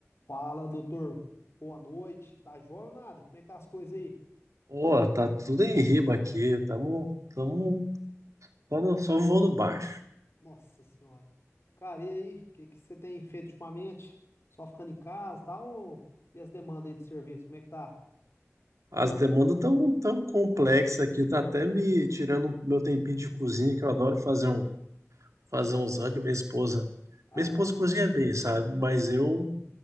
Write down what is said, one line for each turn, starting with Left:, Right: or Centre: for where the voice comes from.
Left: Fala, doutor. Boa noite. Tá jóia ou nada? Como é que tá as coisas aí?
Right: Ó, tá tudo em riba aqui, tamo, tamo só, no- só voando baixo.
Left: Nossa senhora. Cara, e aí? O que que você tem feito ultimamente? Só ficando em casa, tá? Ou... E as demandas aí de serviço? Como é que tá?
Right: As demandas tão tão complexas aqui, tá até me tirando meu tempinho de cozinha, que eu adoro fazer um fazer uns rango, minha esposa.
Left: Ah,
Right: Minha esposa cozinha bem, sabe? Mas eu